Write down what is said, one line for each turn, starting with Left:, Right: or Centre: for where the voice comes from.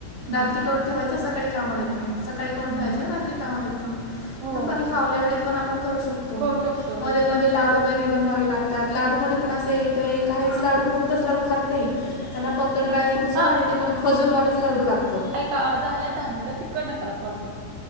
Right: हम्म
Left: रात्री करून ठेवायचं सकाळी कामाला येत म सकाळी करून
Right: हम्म
Left: ठेवायचं रात्री कामाला येतो.
Right: हो
Left: दुपारी फावल्या वेळीत पण आपण करू शकतो,
Right: करू शकतोय
Left: मध्ये मध्य ते लाडू वगैरे बनवावे लागतात लाडूमध्ये पण असं येतय काहीच लाडू कोणताच लाडू खात नाही. त्याला फक्त ड्रायफ्रूटच
Right: हा
Left: आणि ते पण खजूरवालाच लाडू लागत.
Right: ता झाल्यात दहा मिनिटं तिकडन करा कॉल परत.